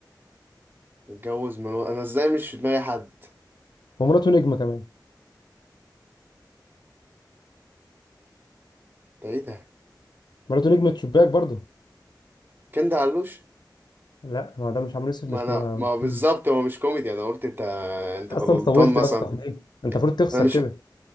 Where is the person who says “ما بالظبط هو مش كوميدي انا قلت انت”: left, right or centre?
Right